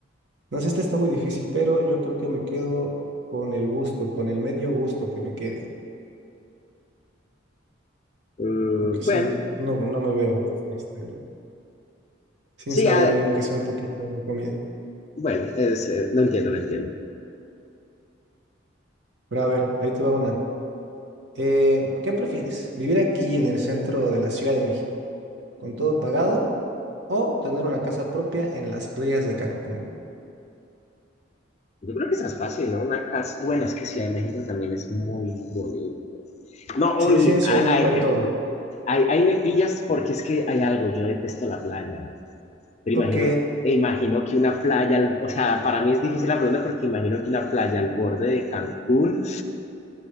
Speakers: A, on the right (about 60°); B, on the left (about 35°).
A: No sé, esta está muy difícil, pero yo creo que me quedo con el gusto, con el medio gusto que me quede,
B: Mm,
A: porque sí,
B: bueno,
A: no, no me veo este, sin
B: sí,
A: saborear
B: ah,
A: aunque sea un poquito de mi comida.
B: bueno, es, eh, lo entiendo, lo entiendo.
A: Pero a ver, ahí te va una. Eh, ¿qué prefieres? ¿Vivir aquí en el centro de la Ciudad de México, con todo pagado, o tener una casa propia en las playas de Cancún?
B: Yo creo que esa es fácil, ¿no? Una casa, bueno, es que Ciudad de México también es muy bonito. No, oye,
A: Sí, sí, en Ciudad
B: ahí,
A: de México hay
B: ahí-
A: todo.
B: ahí- ahí me pillas porque es que hay algo, yo detesto la playa. Pero
A: Ok,
B: imagino, e imagino que una playa, al- o sea, para mí es difícil la pregunta porque imagino que una playa al borde de Cancún.